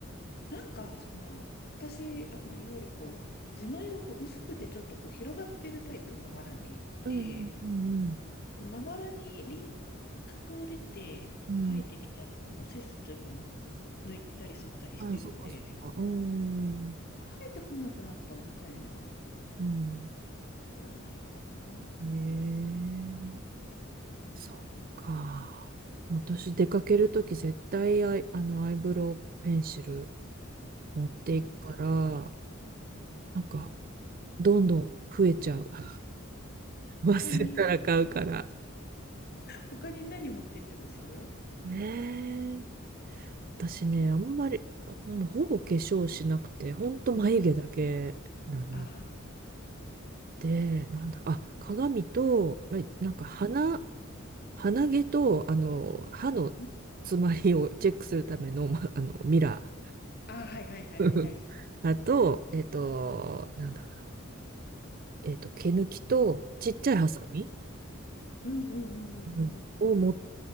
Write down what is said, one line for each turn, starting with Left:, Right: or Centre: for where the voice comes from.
Left: なんか、その、私、あの、いわゆるこう、自前がこう薄くてちょっとこう広がってるタイプ、まばらに。
Right: うんうん
Left: で、まばらに輪郭を出て生えてきたのをもうせっせと今も抜いたり剃ったりしてるんで、
Right: うんうん。うん。ああ、そっかそっか。うん。
Left: 生えてこなくなったみたいな
Right: うん。
Left: 角はないかな。
Right: へえ。
Left: うん。
Right: そっか。私出かけるとき絶対アイ、あのアイブロウペンシル持っていくか
Left: 持って、
Right: ら、
Left: うん、
Right: なんかどんどん増えちゃう。<laughs> 忘れたら買うから。
Left: 他に、他に何持ってってます
Right: ねえ。私ね、あんまりほほぼ化粧しなくて、ほんと眉毛だけなの
Left: ああ
Right: で、なんだろう、あ、鏡と、まなんか鼻、鼻毛と、あの、歯の詰まりをチェックするための、
Left: ー、
Right: ま、あの、ミラ
Left: あー、はいはいはいはい、
Right: ー。
Left: 大事。
Right: あと、えっと、なんだろうな。えっと、毛抜きと、ちっちゃいハサミ
Left: うんうんうんうんうんうん。
Right: うんを持っ